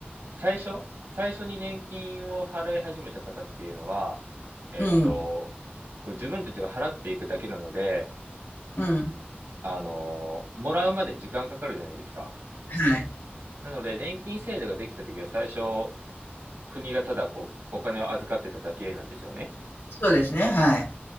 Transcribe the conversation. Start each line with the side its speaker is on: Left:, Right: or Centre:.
Right: 最初、最初に年金を払い始めた方っていうのは、えっと、
Left: うん。
Right: こう自分たちが払っていくだけなので、
Left: うん。
Right: あの、もらうまで時間かかるじゃないですか。
Left: はい。
Right: なので、年金制度ができたときは最初、国がただこう、お金を預かってただけなんですよね。
Left: そうですね、はい。